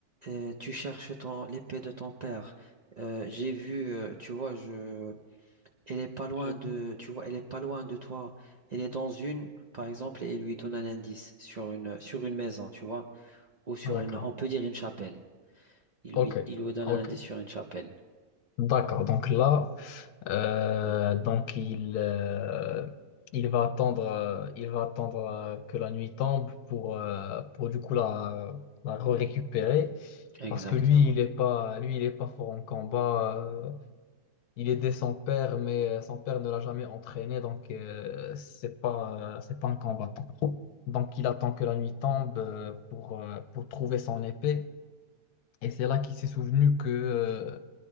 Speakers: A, on the right; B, on the left.
A: Euh, tu cherches ton, l'épée de ton père. Euh, j'ai vu, euh, tu vois, je... Elle est pas loin
B: J'ai
A: de,
B: vu.
A: tu vois, elle est pas loin de toi. Elle est dans une, par exemple, et il lui donne un indice sur une, sur une maison, tu vois, ou sur
B: d'accord.
A: une, on peut dire une chapelle. Il
B: Ok,
A: lui, il lui donne
B: ok.
A: un indice sur une chapelle.
B: D'accord, donc là. Euh, donc il, euh, il va attendre, euh, il va attendre euh, que la nuit tombe pour, euh, pour du coup la, la récupérer
A: Exactement.
B: parce que lui il est pas lui il est pas fort en combat. euh, il est aidé son père mais euh, son père ne l'a jamais entraîné donc euh, c'est pas euh, c'est pas un combattant. Donc il attend que la nuit tombe euh, pour euh, pour trouver son épée et c'est là qu'il s'est souvenu que euh,